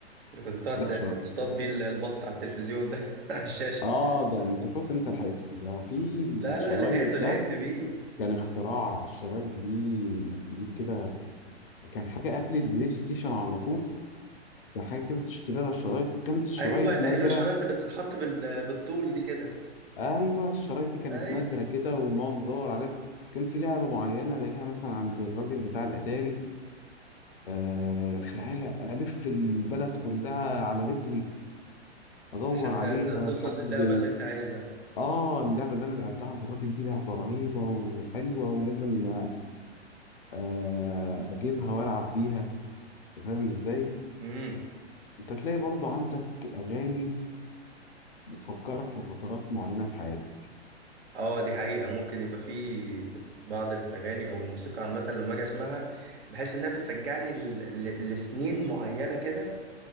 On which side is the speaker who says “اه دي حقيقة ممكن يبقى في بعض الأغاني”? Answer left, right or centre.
Right